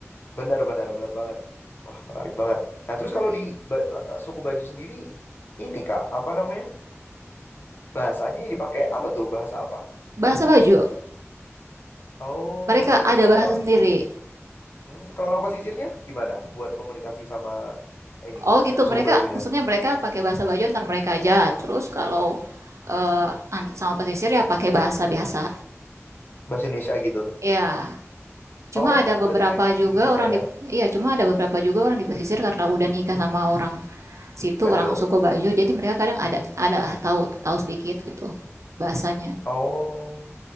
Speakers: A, on the left (about 45°); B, on the right (about 80°).
A: benar, benar, benar banget. Wah, menarik banget. Nah, terus
B: Menarik.
A: kalau di Ba- suku Bajo sendiri, ini Kak, apa namanya? Bahasanya yang dipakai apa tuh? Bahasa apa?
B: Bahasa Bajo,
A: Oh,
B: mereka
A: lah terus
B: ada
A: kalau
B: bahasa
A: orang
B: sendiri.
A: Hmm, kalau nama pesisirnya gimana buat komunikasi sama ini
B: Oh gitu,
A: suku
B: mereka
A: bajunya
B: maksudnya mereka pakai bahasa Bajo antar mereka aja. Terus kalau eh, sama pesisir ya pakai bahasa biasa.
A: bahasa Indonesia gitu.
B: Ya, cuma
A: Oh,
B: ada
A: berarti
B: beberapa
A: mereka
B: juga
A: juga bisa
B: orang
A: ya,
B: di iya, cuma ada beberapa juga orang di pesisir karena udah nikah sama orang situ
A: Bajo.
B: orang suku Bajo,
A: Hmm,
B: jadi mereka kadang
A: hmm.
B: ada ada tahu tahu sedikit gitu bahasanya.
A: Oh,